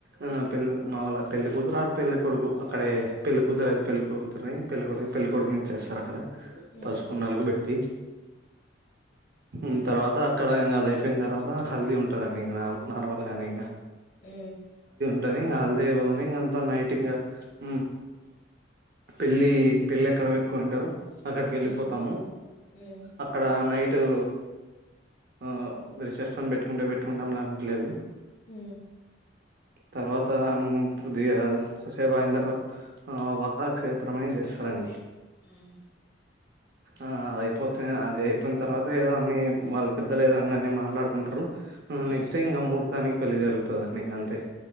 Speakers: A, on the right; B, on the left.
A: ఆ పెల్ మావళ్ళ పెళ్లి కూతురు ఆర్ పెళ్లి కొడుకు అక్కడే పెళ్లికూతురది పెళ్లి కూతురుని పెళ్ళికొడుకైతే పెళ్లికొడుకుని చేస్త స్తారక్కడ
B: మ్మ్
A: పసుపు నల్గు పెట్టి మ్ తర్వాత అక్కడ ఇంగదయిపోయిన తర్వాత హల్దీ ఉంటదండి ఇంగ నార్మల్ గానే ఇంగ
B: ఆ
A: ంటది. హల్ది అయిపోతానే ఇంగంతా నైటింగ ఉమ్. పెళ్ళి పెళ్ళేక్కడ పెట్టుకోయింటారు. అక్కడి కెళ్ళిపోతాము.
B: మ్మ్ మ్మ్
A: అక్కడ నైట్ టు ఆ రిసెప్షన్ పెట్టుకుంటే పెట్టుకుంటాం లేకుంటే లేదు.
B: మ్.
A: తర్వాత మ్ కొద్దిగా కోస్సెపయిన తర్వాత ఆ వక్కాకు శాస్త్రం అని చేస్తారండి.
B: మ్.
A: ఆ అయిపోతేనే అది అయిపోయిన తర్వాత ఏదో అన్ని వాళ్ళ పెద్దలేదంగా అని మాట్లాడుకుంటరు ఆ
B: మ్మ్
A: నెక్స్ట్ డే ఇంకా ముహూర్తానికి పెళ్లి జరుగుతదండి ఇంకంతే.